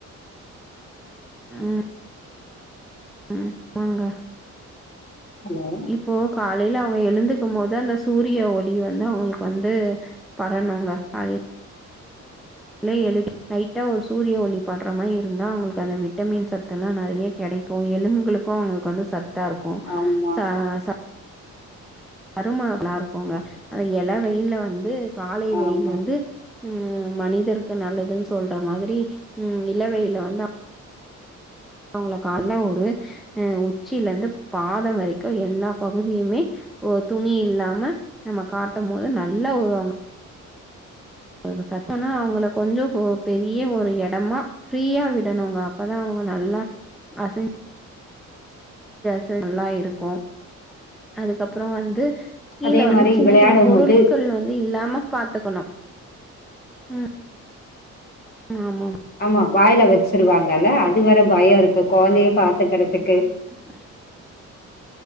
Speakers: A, in the centre; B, on the left (about 30°).
A: ஆஹ் உம் வாங்க
B: ஹலோ
A: இப்போ காலைலில அவ எழுந்துக்கும் போது அந்த சூரிய ஒளி வந்து அவங்களுக்கு வந்து பரணுங்க கால இல்ல எ லைட்டா ஒரு சூரிய ஒளி படுற மாதி இருந்தா அவங்களுக்கு அந்த விட்டமின் சத்து எல்லா நெறைய கிடைக்கும் எலும்புகளுக்கு அவங்களுக்கு வந்து சத் தா இருக்கு
B: ஆமா
A: சா ச சரும நல்லா இருக்கோங்க அந்த எள வெயிலல வந்து காலை வெயில்
B: ஆமா
A: வந்து உஹம் மனிதருக்கு நல்லதுன்னு சொல்ற மாதிரி உஹம் இளவெயில வந்து அவங்களுக்கு அல்ல ஒரு அஹ் உச்சில இருந்து பாதம் வரைக்கு எல்லா பகுதியுமே ஒ துணி இல்லாம நம்ம காட்டும் போது நல்ல ஒரு அவங்க <unintelligible> சத்தம்னா அவங்கள கொஞ்சோ பெரிய ஒரு எடமா ஃப்ரீயா விடணுங்க அப்பதா அவங்க நல்லா அசைஞ் சஞ் நல்லா இருக்கு அதுக்கப்புறோ வந்து கீழே
B: அதே
A: வந்து
B: மாரி
A: சின்ன
B: விளையாடும்
A: சின்ன பொருட்கள்
B: போது
A: வந்து இல்லாம பாத்துக்கணு உம் ஆமா
B: ஆமா வாயில வெச்சிருவாங்கல்ல அது வேற பயம் இருக்கு கொழந்தைய பாத்துக்கறதுக்கு
A: <inaudible>